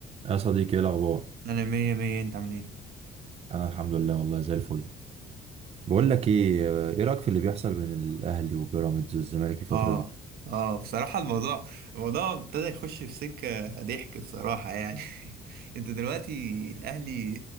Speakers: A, on the right; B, on the right.
A: يا صديقي ايه الاخبار
B: انا مية مية انت عامل ايه
A: انا الحمد لله والله زي الفل بقول لك ايه ايه رايك في اللي بيحصل بين الاهلي وبيراميدز والزمالك الفتره
B: اه
A: دي
B: اه بصراحة الموضوع الموضوع ابتدى يخش في سكة ضحك بصراحة يعني <laughs> انت دلوقتي الاهلي